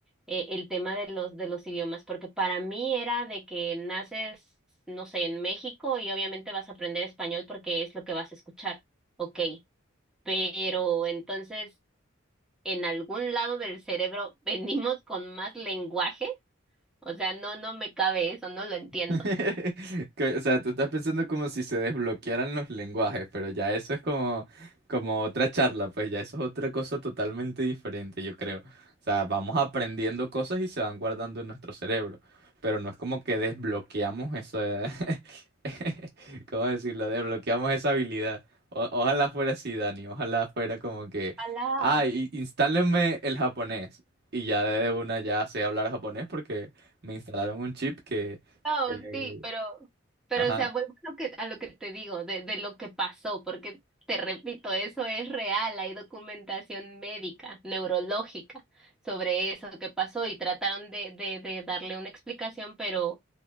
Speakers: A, in the centre; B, on the right.
A: Eh, el tema de los, de los idiomas, porque para mí era de que naces, no sé, en México y obviamente vas a aprender español porque es lo que vas a escuchar, ok, pero entonces en algún lado del cerebro <laughs> venimos con más lenguaje, o sea, no, no me cabe eso, no lo entiendo.
B: <laughs> Que- O sea, tú estás pensando como si se desbloquearan los lenguajes, pero ya eso es como, como otra charla, pues ya eso es otra cosa totalmente diferente, yo creo. O sea, vamos aprendiendo cosas y se van guardando en nuestro cerebro, pero no es como que desbloqueamos esa... <laughs> ¿Cómo decirlo? Desbloqueamos esa habilidad. O- ojalá fuera así, Dani, ojalá fuera como que,
A: Ojalá.
B: ay, ah, instálenme el japonés. Y ya de una ya sé hablar japonés porque me instalaron un chip
A: No,
B: eh,
A: sí, pero, pero
B: Ajá.
A: o sea, vuelvo a lo que, a lo que te digo, de, de lo que pasó, porque te repito, eso es real, hay documentación médica, neurológica sobre eso que pasó y trataron de, de, de darle una explicación, pero